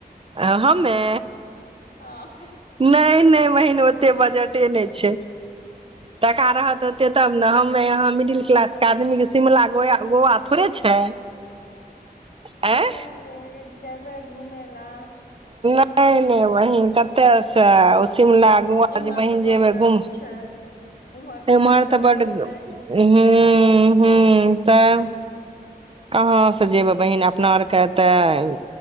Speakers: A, on the right; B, on the left.
A: आ हमे
B: हँ
A: नै नै बहिन ओते बजटे नै छै टका रहत ओते तब नै हम मे अहाँ मिडिल क्लास के आदमी के शिमला गोया गौवा थोड़े छै आँय
B: हमे सोचलिए की जयबै घुमेला
A: नै नै बहिन कतै से शिमला गौआ
B: इम्हर
A: जे बहिन
B: तऽ बड
A: जेबै
B: गर्मी
A: घुम
B: छै उम्हर
A: इम्हर
B: ठंड
A: तऽ बड
B: होते
A: हु हु हु तब कहाँ से जएबै बहिन अपना आरके तऽ